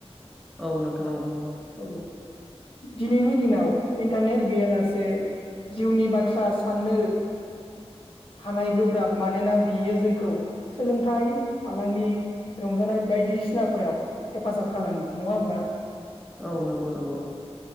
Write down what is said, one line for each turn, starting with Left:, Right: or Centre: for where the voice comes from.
Centre: औ नोंथां औ नंगौ
Left: औ दिनैनि दिनाव इन्टारनेट गैयालासे जिउनि बाथ्रा साननो- हानाय गोब्राब मानोना बियो जोंखौ सोलोंथाइ फालांगि रंजानाय- बायदिसिनाफोराव हेफाजाब खालामो नङा होमबा?
Centre: औ नंगौ नंगौ